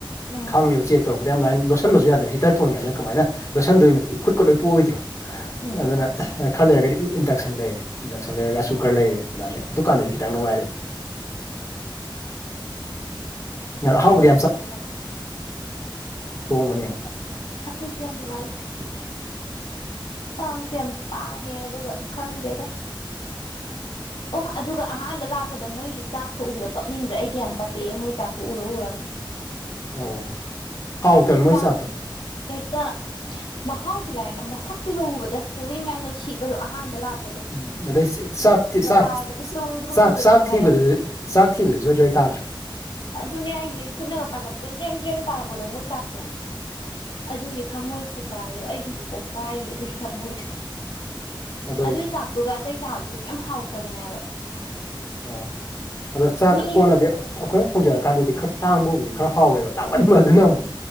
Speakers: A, on the left; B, on the left.
A: ꯎꯝ
B: ꯈꯪꯉꯦꯕ ꯆꯦꯛ ꯇꯧꯔꯛꯄꯗ ꯌꯥꯝ ꯂꯥꯏꯅ ꯂꯣꯠꯁꯤꯟꯕꯖꯨ ꯌꯥꯗ꯭ꯔꯦ ꯍꯤꯇ꯭ꯔ ꯊꯣꯡꯉꯤꯉꯩꯗ ꯀꯃꯥꯏꯅ ꯂꯣꯏꯁꯤꯟꯗꯨꯏꯅꯣ ꯈꯨꯠꯀ ꯂꯣꯏ ꯄꯣꯛꯑꯣꯏꯗ꯭ꯔꯣ
A: ꯎꯝ
B: ꯑꯗꯨꯅ
A: ꯎꯝ
B: ꯈꯔ ꯂꯩꯔꯒꯗꯤ ꯏꯟꯗꯛꯁꯟ ꯂꯩꯔꯦ ꯏꯟꯗꯛꯁꯟ ꯂꯩꯔꯦ ꯔꯥꯏꯁ
A: ꯎꯝ
B: ꯀꯨꯀ꯭ꯔ ꯂꯩꯔꯦ ꯑꯗꯥꯏꯅ ꯑꯗꯨꯀꯥꯟꯗꯗꯤ ꯈꯤꯇꯪ ꯅꯨꯡꯉꯥꯏꯔꯦ ꯑꯍꯥꯎꯕꯗꯤ
A: ꯅꯨꯡꯉꯥꯏꯕꯖꯥꯅꯤꯅꯦ
B: ꯁꯣꯡꯕꯅꯤꯅ
A: ꯑꯈꯣꯏꯗꯤ ꯌꯥꯝ ꯅꯨꯡꯉꯥꯏꯇꯦ ꯇꯥꯡꯁꯨ ꯌꯥꯝ ꯇꯥꯡꯉꯦ ꯑꯗꯨꯒ ꯈꯪꯗꯦꯗ ꯑꯣ ꯑꯗꯨꯒ ꯑꯍꯥꯟꯕ ꯂꯥꯛꯄꯗ ꯃꯣꯏꯒꯤ ꯆꯥꯛꯇꯣ ꯎꯕꯗ ꯀꯞꯅꯤꯡꯗ꯭ꯔꯥ ꯑꯩꯗꯤ ꯌꯥꯝ ꯀꯞꯄꯛꯑꯦ ꯃꯣꯏ ꯆꯥꯛꯇꯣ ꯎꯔ ꯎꯔꯒ
B: ꯑꯣ ꯍꯥꯎꯇ ꯃꯣꯏ
A: ꯆꯥꯛ
B: ꯆꯥꯛꯇꯣ
A: ꯍꯦꯛꯇ ꯃꯍꯥꯎ ꯗꯤ ꯂꯥꯏꯔꯅ ꯃꯁꯛꯇꯨꯗ ꯎꯕꯗ ꯄꯨꯛꯅꯤꯡ ꯌꯥꯝ ꯅꯨꯡꯁꯤꯕꯗꯣ ꯑꯍꯥꯟꯕ ꯂꯥꯛ
B: ꯎꯝ ꯑꯗꯩ ꯆꯦ ꯆꯥꯛꯇꯤ ꯆꯥꯛ
A: ꯄꯥꯏꯕꯗ ꯇ꯭ꯔꯨꯡ ꯇ꯭ꯔꯨꯡꯒ
B: ꯆꯥꯛ ꯆꯥꯛ
A: ꯆꯣꯡꯊꯔꯒ
B: ꯊꯤꯕꯗꯖꯨ ꯆꯥꯛ ꯊꯤꯕꯗ ꯖ꯭ꯋꯥꯏꯏ ꯖ꯭ꯋꯥꯏ ꯇꯥꯗ꯭ꯔꯣ
A: ꯑꯗꯨꯅꯦ ꯍꯥꯏꯖꯦ ꯈꯨꯨꯠꯅꯒ ꯄꯥꯏꯈꯠꯄꯗ ꯖ꯭ꯔꯦꯡ ꯖ꯭ꯔꯦꯡ ꯇꯥꯔꯛꯄꯗꯣ ꯃꯣꯏ ꯆꯥꯛꯇꯣ ꯑꯗꯨꯒꯤ ꯊꯃꯣꯏ ꯈꯨꯀꯥꯏꯗꯣ ꯑꯩ ꯍꯧꯖꯤꯛꯐꯥꯎ ꯀꯥꯏꯔꯤ ꯑꯗꯨꯒꯤ ꯊꯃꯣꯏꯗꯣ
B: ꯑꯗꯣ ꯑꯩ
A: ꯑꯗꯨꯏ ꯆꯥꯛꯇꯨꯒ ꯑꯇꯩ ꯆꯥꯕꯖꯨ ꯀꯩꯝ ꯍꯥꯎꯇꯕꯅꯦꯕ
B: ꯑꯥ ꯑꯗꯣ ꯆꯥꯛ
A: ꯃꯤ
B: ꯀꯣꯟꯅꯗꯤ ꯑꯈꯣꯏꯅ ꯊꯣꯡꯖꯔꯀꯥꯟꯗꯗꯤ ꯈꯔ ꯇꯥꯡꯕꯕꯨꯗꯤ ꯈꯔ ꯍꯥꯎꯋꯦꯕ ꯇꯥꯡꯃꯟꯕ ꯑꯗꯨꯅ
A: ꯎꯝ
B: ꯑꯃꯨꯛ